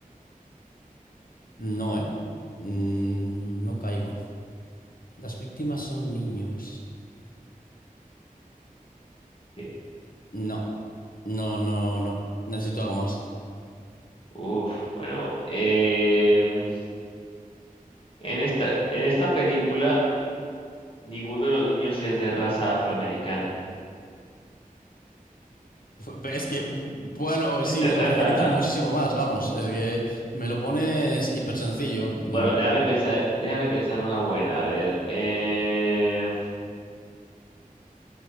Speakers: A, on the left; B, on the left.
A: no, ¿eh? Mm, no caigo. Las víctimas son niños.
B: Sí.
A: No, no, no, no. Necesito algo más.
B: Uf, bueno, em, en esta, en esta película ninguno de los niños es de raza afroamericana.
A: Fu- Es que, bueno,
B: <laughs>
A: sí, me lo facilitas muchísimo más, vamos. Es que me lo pones hiper sencillo. Mm,
B: Bueno, déjame pensar, déjame pensar una buena. A ver, eh,